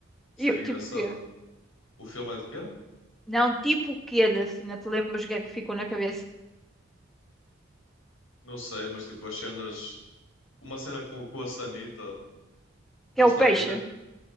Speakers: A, on the left; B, in the centre.
A: Isso
B: E,
A: era
B: eu-
A: engraçado.
B: tipo o quê?
A: O filme é de quê?
B: Não, tipo o quê da cena? Te lembras o que é que ficou na cabeça?
A: Não sei, mas tipo, as cenas uma cena com, com a sanita, deles
B: Que é o
A: estarem
B: peixe?
A: a tentar.